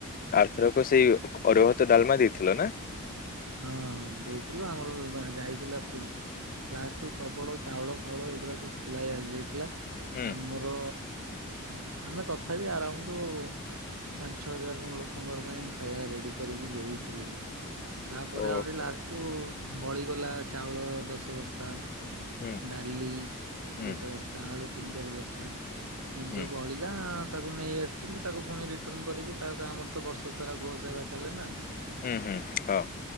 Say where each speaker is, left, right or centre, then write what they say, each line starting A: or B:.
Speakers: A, on the left; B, on the right.
A: ଆରଥରକ ସେଇ ଅରୁଆ ଭାତ ଡାଲମା ଦେଇଥିଲ ନା।
B: ହଁ ଦେଇଥିଲୁ, ଆମର ବା ଯାଇଥିଲା ଲାଷ୍ଟରୁୁ ପ୍ରବଳ ଚାଉଳ ଫାଉଳ ଏଗୁଡ଼ା ସବୁ ପୁଳାଏ ଆସିଯାଇଥିଲା
A: ହୁଁ
B: ଆମ ର ଆମେ ତଥାପି ଆରାଉଣ୍ଡ ପାଞ୍ଚ ଛଅ ହଜାର ଲୋକଙ୍କର ପାଇଁ ଖାଇବା ରେଡି କରିକି ଦେଇଥିଲୁ ବି। ତାପରେ
A: ଓହୋ
B: ଆହୁରି ଲାଷ୍ଟକୁୁ ବଳିଗଲା ଚାଉଳ ଦଶ ବସ୍ତା।
A: ହୁଁ
B: ଡାଲି
A: ହୁଁ
B: ଗୋଟେ ବସ୍ତା, ଆଳୁ ତିନି ଚାରି ବସ୍ତା, ଏମିତି
A: ହୁଁ
B: ସବୁ ବଳିକି ବଳିଲା ତାକୁ ନେଇ ଆସିଛନ୍ତି, ତାକୁ ପୁଣି ରିଟର୍ଣ କରିକି ତାପରେ ଆମର ତ ବର୍ଷ ସାରା ଗୋ ସେବା ଚାଲେ ନା।
A: ହୁଁ ହୁଁ ହଉ।